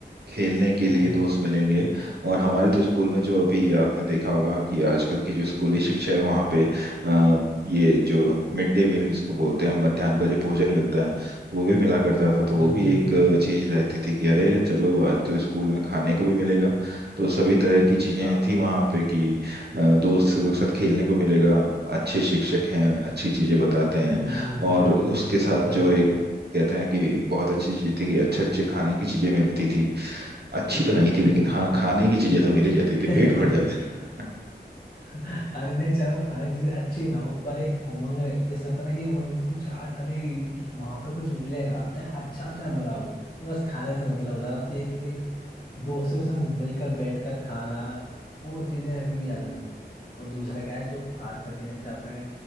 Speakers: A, on the right; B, on the left.
A: खेलने के
B: हम्म
A: लिए
B: हम्म
A: दोस्त मिलेंगे और हमारे तो स्कूल में जो अभी आपने देखा होगा कि आजकल की जो स्कूली शिक्षा है वहाँ पे अ, ये जो मिड डे मील जिसको बोलते हैं मध्याह्न का जो भोजन मिलता है वो भी मिला करता था तो वो
B: हम्म
A: भी
B: हम्म
A: एक अ, चीज़ रहती थी कि अरे चलो आज तो स्कूल में खाने को भी मिलेगा तो सभी तरह की चीज़ें
B: हाँ
A: थी
B: हाँ
A: वहाँ पे कि अ, दोस्त के साथ खेलने को मिलेगा अच्छे शिक्षक हैं अच्छी चीज़ें बताते हैं
B: हम्म हम्म
A: और
B: हम्म
A: उसके
B: हम्म, हम्म,
A: साथ
B: सही
A: जो
B: कह
A: एक
B: रहे हो आप
A: कहते हैं कि बहुत अच्छी चीज़ थी कि अच्छे अच्छे खाने की चीज़ें मिलती थी अच्छी तो नहीं थी लेकिन
B: हम्म
A: हाँ
B: हम्म
A: खाने की चीजें तो मिल ही जाती
B: हम्म
A: थी पेट भर जाता
B: <laughs>
A: था।
B: अरे नहीं चाहे वो खाने की चीजें अच्छी ना हो पर एक उमंग रह- जैसे होता है ना कि उमंग में तो कुछ आज अरे वहां पे कुछ मिलेगा चाहे अच्छा हो चाहे बुरा हो बस खाने से मतलब होता है कि एक एक दोस्तों के संग मिलकर बैठकर खाना वो चीजें अभी भी याद आती हैं और दूसरा क्या है जो आज करके जैसे आपने